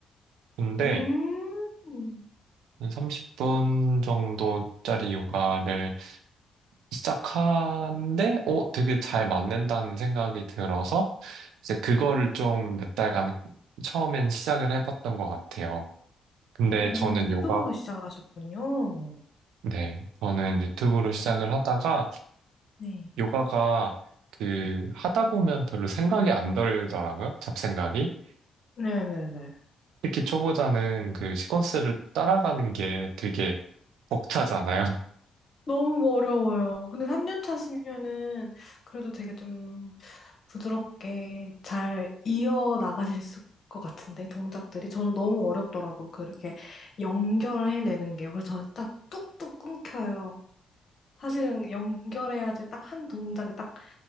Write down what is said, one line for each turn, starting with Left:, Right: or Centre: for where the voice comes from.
Right: 근데
Left: 음,
Right: 한 30분 정도짜리 요가를 시작하는데 어, 되게 잘 맞는다는 생각이 들어서 이제 그거를 좀 몇 달간 처음엔 시작을 해봤던 것 같아요. 근데
Left: 어,
Right: 저는
Left: 유튜버로
Right: 요가,
Left: 시작을 하셨군요.
Right: 네, 저는 유튜브로
Left: 음,
Right: 시작을 하다가
Left: 네.
Right: 요가가 그 하다 보면 별로 생각이 안 들더라고요. 잡생각이.
Left: 네네네.
Right: 특히 초보자는 그 시퀀스를 따라가는 게 되게 벅차잖아요.
Left: 너무 어려워요. 근데 3년 차시면은 그래도 되게 좀 부드럽게 잘 이어 나가실 수- 것 같은데, 동작들이. 저는 너무 어렵더라고요. 그렇게 연결해내는 게요. 그래서 저는 딱 뚝뚝 끊겨요. 사실은 연결해야지 딱 한 동작이 딱